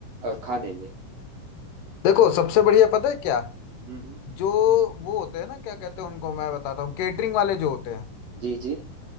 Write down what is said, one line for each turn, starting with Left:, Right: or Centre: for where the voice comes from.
Right: और खाने में
Left: देखो सबसे बढ़िया पता है क्या
Right: हम्म हम्म,
Left: जो वो होते हैं ना क्या कहते हैं उनको मैं बताता हूँ केटरिंग वाले जो होते हैं
Right: जी जी